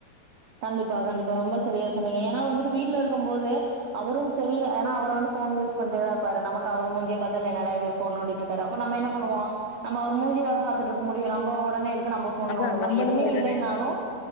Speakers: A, on the right (about 85°); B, on the left (about 90°).
A: கண்டிப்பா கண்டிப்பா ரொம்ப சரியா சொன்னீங்க ஏன்னா வந்துட்டு வீட்ல இருக்கும் போது அவரும் செரி ஆனா அவரு வந்து போன் யூஸ் பண்ட்டேதா இருப்பாரு நமக்கு அவர் மூஞ்சிய பாத்தாலே என்னடா இது ஃபோன் நோண்டிட்ருக்காரு அப்ப நம்ப என்ன பன்னுவோ நம்ப அவர் மூஞ்சியேவா பாத்துட்ருக்க முடியு நம்போ உடனே எடுத்து நம்ப ஃபோன்
B: அதான்
A: நோண்டுவோ
B: நம்பளும்
A: எதுவுமே
B: உடனே
A: இல்லைனாலு